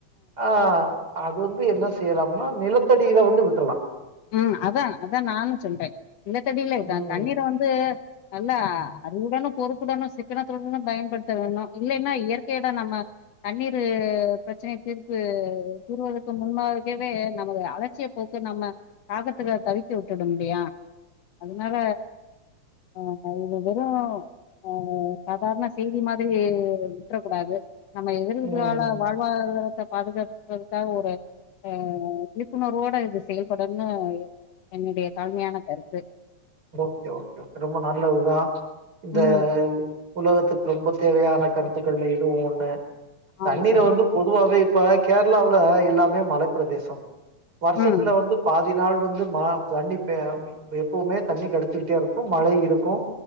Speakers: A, on the right; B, on the left.
A: ஆ அது வந்து என்ன செய்யலாம்னா நிலத்தடியில வந்து விட்றலா
B: ம் அதா அதா நானு சொல்ற நிலத்தடியில த
A: ம்
B: தண்ணீர வந்து நல்லா
A: ம்
B: அறிவுடனு பொறுப் புடனு சிக்கனத்துடனுதா பயன்படுத்த வேணு இல்லைன்னா இயற்கையதா நம்ம தண்ணீர் பிரச்சனை தீர்ப்பு தீறுவதற்கு முன்பாகவே நமது அலட்சிய போக்கு நம்ம தாகத்துல தவிக்க விட்டுடுமில்லையா அதனால ஆ அ இது வெறு அ சாதாரண செய்தி மாதிரி விட்ரக்கூடாது. நம்ம எதிர்கால
A: ம்
B: வாழ்வாதாரத்த பாதுகாக்கறதுக்காக ஒரு அ விழிப்புணர்வோட இது செயல்படன்னு என்னுடைய தாழ்மையான கருத்து
A: ஓகே ஓகே ரொம்ப நல்லதுதா இந்த
B: ம்
A: உலகத்துக்கு ரொம்ப தேவையான கருத் த்துக்கல்ல இதுவு ஒண்ணு
B: ஆமா
A: தண்ணீர
B: சார்
A: வந்து பொதுவாவே ப்ப கேரளாவுல எல்லாமே மல பிரதேசம் வருஷத்துல
B: ம்
A: வந்து பாதி தி நாள் வந்து ம தண்ணி ப எப்பவுமே தண்ணி கெடச்சுக்கிட்டே இருக்கு மழை இருக்கு